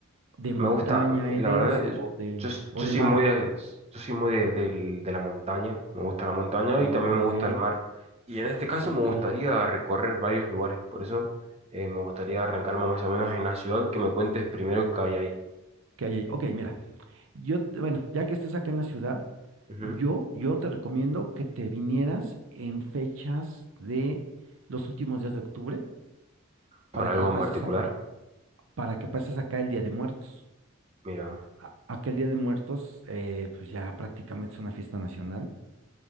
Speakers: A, on the right; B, on the right.
A: ¿De montaña
B: Me gusta,
A: eres
B: la verdad, es-
A: o de,
B: yo, s-
A: o
B: yo
A: de
B: soy
A: mar?
B: muy de, yo soy muy de, del- de la montaña, me gusta la montaña
A: Ah,
B: y también
A: ok,
B: me gusta el mar. Y en este caso
A: ok.
B: me gustaría recorrer varios lugares, por eso eh, me gustaría arrancarme más o menos en la ciudad, que me cuentes primero qué hay ahí,
A: ¿Qué hay ahí? Ok, mira. Yo, te- bueno, ya que estés acá en la ciudad,
B: Ujú.
A: yo, yo te recomiendo que te vinieras en fechas de los últimos días de octubre
B: Por
A: para
B: algo
A: que
B: en
A: pases
B: particular.
A: acá, para que pases acá el Día de Muertos.
B: Mira,
A: a- aquel Día de Muertos, eh, pues ya prácticamente es una fiesta nacional.